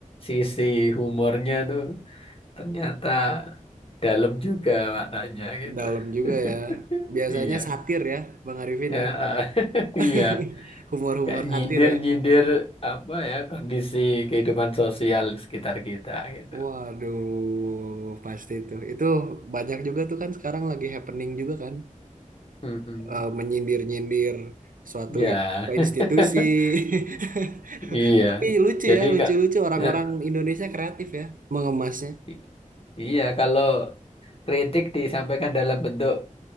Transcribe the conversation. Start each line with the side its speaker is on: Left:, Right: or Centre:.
Left: sisi humornya tuh ternyata dalam juga maknanya gitu.
Right: Dalam juga
Left: <laughs>
Right: ya. Biasanya
Left: Iya.
Right: satir ya, Bang Arifin
Left: Ya,
Right: ya.
Left: ah. <laughs> Iya.
Right: <laughs> Humor-humor
Left: Kayak nyindir-nyindir
Right: satir ya.
Left: apa ya kondisi kehidupan sosial sekitar kita gitu.
Right: Waduh, pasti itu. Itu banyak juga tuh kan sekarang lagi happening juga kan,
Left: Mm-mm.
Right: eh, menyindir-nyindir suatu
Left: Ya,
Right: apa,
Left: <laughs>
Right: institusi. <laughs>
Left: iya.
Right: Tapi lucu
Left: Jadi
Right: ya, lucu-lucu
Left: kak,
Right: orang-orang
Left: eh,
Right: Indonesia kreatif ya mengemasnya.
Left: i- iya kalau kritik disampaikan dalam bentuk